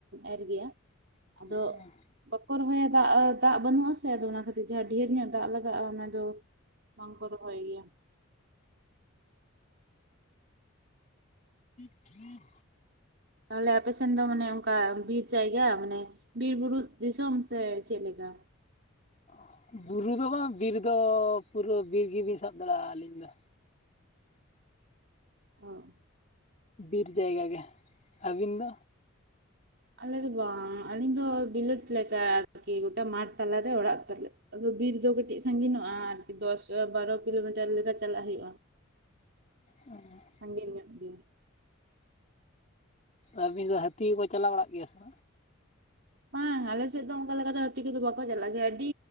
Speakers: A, on the right; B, on the left.
A: ᱮᱨ ᱜᱮᱭᱟ
B: <inaudible>
A: ᱟᱫᱚ ᱵᱟᱠᱚ ᱨᱚᱦᱚᱭᱟ ᱫᱟᱜ ᱵᱟᱹᱱᱩᱜ ᱟᱼᱟᱥᱮ ᱟ ᱚᱱᱟ ᱠᱷᱟᱹᱛᱤᱨ ᱡᱟᱦᱟᱸ ᱰᱷᱮᱨ ᱧᱚᱜ ᱫᱟᱜ ᱞᱟᱜᱟᱜᱼᱟ ᱚᱱᱟ ᱫᱚ ᱵᱟᱝ ᱠᱚ ᱨᱚᱦᱚᱭ ᱜᱮᱭᱟ
B: ᱦᱩᱸ
A: ᱛᱟᱦᱚᱞᱮ ᱟᱯᱮᱥᱱ ᱫᱚ ᱢᱟᱱᱮ ᱚᱱᱠᱟ ᱵᱤᱨ ᱡᱟᱭᱜᱟ ᱢᱟᱱᱮ ᱵᱤᱨ ᱵᱩᱨᱩ ᱫᱤᱥᱚᱢ ᱥᱮ ᱪᱮᱫ ᱞᱮᱠᱟ
B: <inaudible> ᱵᱩᱨᱩ ᱫᱚ ᱵᱟᱝ ᱵᱤᱨ ᱫᱚ ᱯᱩᱨᱟᱹ ᱵᱤᱨ ᱜᱮᱵᱤᱱ ᱥᱟᱵ ᱫᱟᱲᱮᱼᱟ ᱟᱹᱞᱤᱧ ᱫᱚ
A: ᱚ
B: ᱵᱤᱨ ᱡᱟᱭᱜᱟ ᱜᱮ ᱟᱹᱵᱤᱱ ᱫᱚ
A: ᱟᱞᱮ ᱫᱚ ᱵᱟᱝ ᱟᱞᱤᱧ ᱫᱚ, ᱵᱤᱞᱟᱛ ᱞᱮᱠᱟ ᱟᱨᱠᱤ ᱜᱚᱴᱟ ᱢᱟᱴᱷ ᱛᱚᱞᱟ ᱨᱮ ᱚᱲᱟᱜ ᱛᱟᱞᱮ᱾ ᱟᱫᱚ ᱵᱤᱨ ᱫᱚ ᱠᱟᱹᱴᱤᱡ ᱥᱟᱜᱤᱧᱚᱜᱼᱟ ᱟᱨᱠᱤ ᱫᱚᱥ ᱵᱟᱨᱚ ᱠᱤᱞᱳᱢᱤᱴᱟᱨ ᱞᱮᱠᱟ ᱪᱟᱞᱟᱜ ᱦᱩᱭᱩᱜᱼᱟ᱾
B: ᱦᱮ
A: ᱥᱟᱜᱮᱧ ᱧᱚᱜ ᱜᱮ
B: ᱟᱹᱵᱤᱱ ᱫᱚ ᱦᱟᱹᱛᱤ ᱠᱚᱠᱚ ᱪᱟᱞᱟᱣ ᱵᱟᱲᱟᱜ ᱜᱮᱭᱟ ᱥᱮ ᱵᱟᱝ
A: ᱵᱟᱝ ᱟᱞᱮ ᱥᱮᱫ ᱫᱚ ᱚᱝᱠᱟ ᱞᱮᱠᱟ‌ ᱫᱚ ᱦᱟᱛᱤ ᱠᱚᱫᱚ ᱵᱟᱠᱚ ᱪᱟᱞᱟᱜ ᱜᱮᱭᱟ ᱟᱹᱰᱤ